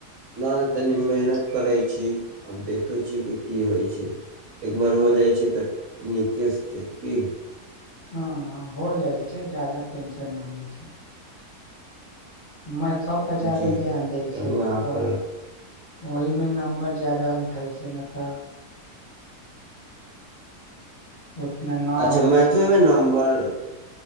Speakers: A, on the right; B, on the left.
A: नहि त तनि मेहनत करैत छी आब देखैत छी कि की होइत छै एकबार हो जाइ छै तऽ नीकेस फेर की
B: हाँ हाँ हो जाइ छै ज्यादा टेंशन नहि लै छै मेथ पर ज्यदा
A: जी
B: ध्यान दै
A: चलू
B: छै
A: अहाँ
B: ओ
A: पर
B: ओहिमे नम्बर ज्यादा उठै छै नहि तऽ उतना न
A: अच्छा
B: अबै
A: मैथू
B: छै
A: मे नम्बर